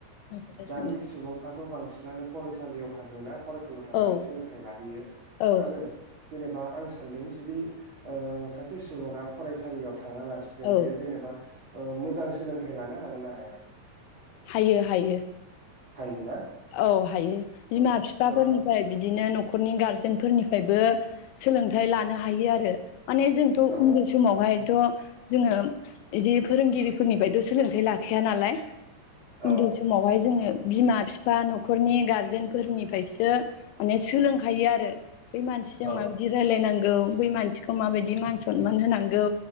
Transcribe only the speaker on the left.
होनखौथ'
सानदों
औ
औ
औ
हायो हायो।
औ। हायो बिमा
बिफाफोरनिफ्राय
बिदिनो न'खरनि गारजेनफोरनि फायबो सोलोंथाइ लानो हायो आरो। माने जोंथ'
उन्दै समावहाय। थ' जोङो इदि फोरोंगिरिफोरनिफाथ' सोलोंथाइ लाखाया नालाय। उन्दै
समावहाय जोङो। बिमा फि फा नखरनि गारजेनफोरनिफायसो माने सोलोंखायो आरो। बे मानसिजों
माबायदि रायलायनां गौ बै मानसिखौ माबायदि मान सनमान होनांगौ